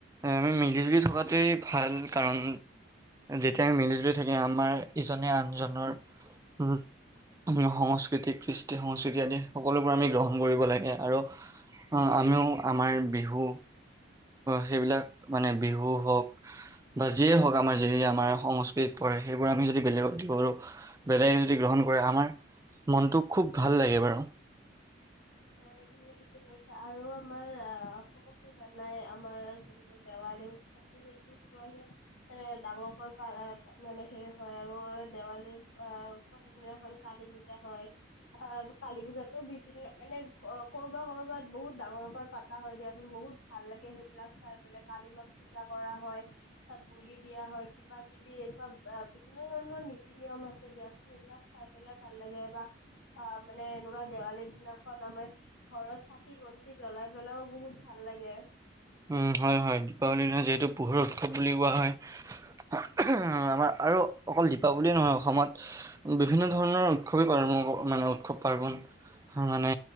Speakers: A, on the right (about 15°); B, on the left (about 80°).
A: আমি মিলিজুলি থকাটোৱেই ভাল। কাৰণ যেতিয়া আমি মিলি জুলি থাকিম, আমাৰ ইজনে আনজনৰ উম' সংস্কৃতি, কৃষ্টি সংস্কৃতি আদি সকলোবোৰ আমি গ্ৰহণ কৰিব লাগে। আৰু আমিও আমাৰ বিহু সেইবিলাক মানে বিহু হওঁক বা যিয়ে হওঁক, আমাৰ যেতিয়া আমাৰ সং তেত পৰে, সেইবোৰ আমি যদি বেলেগক দিব পাৰো, বেলেগে যদি গ্ৰহণ কৰে, আমাৰ মনটো খুব ভাল লাগে বাৰু।
B: হয় তুমি ঠিকে কৈছা, আৰু আমাৰ অ' অসমতো জানাই আমাৰ দেৱালী উৎসৱটো সেইটো কিমান এ ডাঙৰকৈ পা মানে সেই হয় আৰু দেৱালীৰ আ যিদিনাখন কালী পূজা হয়, আ কালী পূজাতো বিভিন্ন মানে অ' কৰবাত কৰবাত বহুত ডাঙৰকৈ পাতা হয় দিয়াচোন, বহুত ভাল লাগে সেইবিলাক চাই। এফালে কালি মাক পূজা কৰা হয়, তাত বলি দিয়া হয়, কিবা কি বি এনেকুৱা বিভিন্ন ধৰণৰ নীতি নিয়ম আছে দিয়া চোন, সেইবিলাক চাই পেলাই ভাল লাগে। বা অ' মানে এনেকুৱা দেৱালীৰ দিনা ঘৰত চাকি বন্তি জ্বলাই পেলাইও বহুত ভাল লাগে।
A: উম, হয় হয় দীপাৱলীৰ দিনা যিহেতু পোহৰ উৎসৱ বুলি কোৱা হয়। আমাৰ আৰু অকল দীপাৱলীয়ে নহয় অসমত বিভিন্ন ধৰণৰ উৎসৱ পালন, উৎসৱ মানে পাৰ্বন। মানে